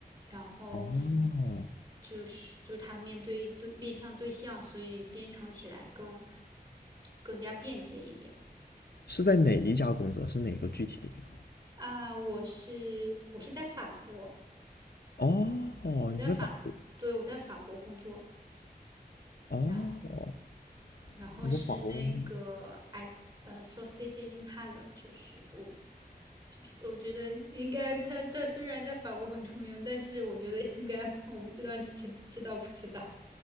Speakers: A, on the right (about 30°); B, on the left (about 75°).
A: 然后
B: 哦，
A: 就是就是它面对对面向对象，所以编程起来更更加便捷一点。
B: 是在哪一家公司啊是哪个具体的银行？
A: 啊，我是我是在法国，
B: 哦，
A: 我在法，
B: 你是在法国？
A: 对，我在法国工作。
B: 哦，
A: 然后。然后是那个
B: 你在法国公司？
A: as 呃 s a u s a g e in h a l l e 就是我就是我觉得应该他他虽然在法国很出名，但是我觉得应该我不知道你知知道不知道？